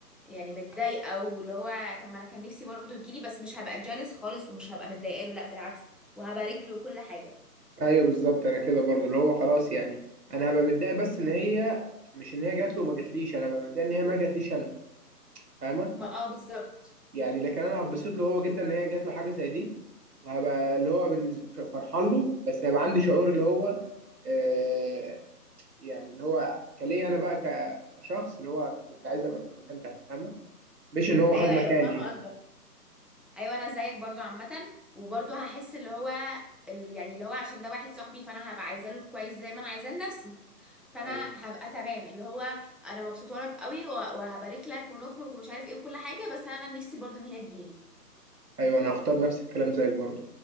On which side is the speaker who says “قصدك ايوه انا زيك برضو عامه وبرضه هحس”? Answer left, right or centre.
Centre